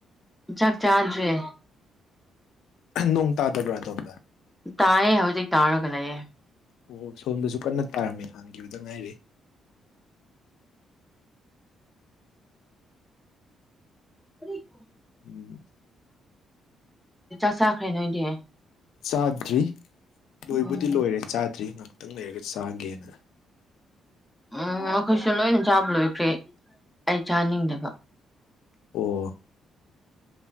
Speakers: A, in the centre; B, on the left.
A: ꯆꯥꯛ ꯆꯥꯗ꯭ꯔꯤ
B: ꯑꯣ ꯅꯣꯡ ꯇꯥꯗꯕ꯭ꯔꯥ ꯑꯗꯣꯝꯗ
A: ꯇꯥꯏꯌꯦ ꯍꯧꯖꯤꯛ ꯇꯥꯔꯒ ꯂꯩꯌꯦ
B: ꯑꯣ ꯁꯣꯝꯗꯁꯨ ꯀꯟꯅ ꯇꯥꯔꯝꯃꯦ ꯍꯥꯡꯈꯤꯕꯗ ꯉꯥꯏꯔꯤ
A: ꯀꯔꯤ ꯀꯣ
B: ꯎꯝ
A: ꯆꯥꯛ ꯆꯥꯈ꯭ꯔꯦ ꯅꯣꯏꯗꯤ
B: ꯆꯥꯗ꯭ꯔꯤ ꯂꯣꯏꯕꯨꯗꯤ
A: ꯎꯝ
B: ꯂꯣꯏꯔꯦ ꯆꯥꯗ꯭ꯔꯤ ꯉꯥꯛꯇꯪ ꯂꯩꯔꯒ ꯆꯥꯒꯦꯅ
A: ꯎꯝ ꯑꯩꯈꯣꯏꯁꯨ ꯂꯣꯏꯅ ꯆꯥꯕ ꯂꯣꯏꯈ꯭ꯔꯦ ꯑꯩ ꯆꯥꯅꯤꯡꯗꯕ
B: ꯑꯣ